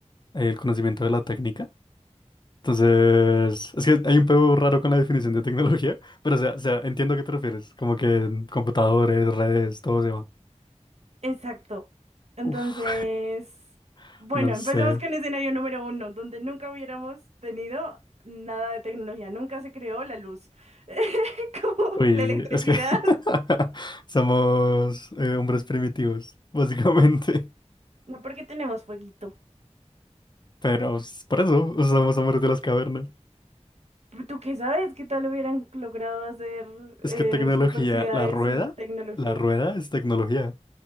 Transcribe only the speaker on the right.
Exacto. Entonces,
bueno,
empecemos
con escenario número uno, donde nunca hubiéramos tenido nada de tecnología, nunca se creó la luz, <laughs> como
la electricidad.
No, porque tenemos fueguito.
¿Tú qué sabes? ¿Qué tal hubieran logrado hacer eh,
super ciudades
sin tecnología?